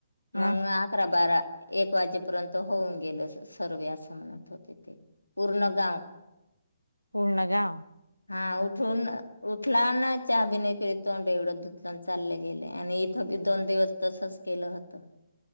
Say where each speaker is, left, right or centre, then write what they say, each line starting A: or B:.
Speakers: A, on the right; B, on the left.
A: ह
B: मग अकरा बारा एक वाजेपर्यंत होऊन गेलं सर्वे असं म्हणत पूर्ण गाव
A: पूर्ण का
B: हा उठून उठला ना चहा बि नाहीरी तोंड एवढं दुतलान चालले गेले आणि इथं दोन दिवस तसच केलं होत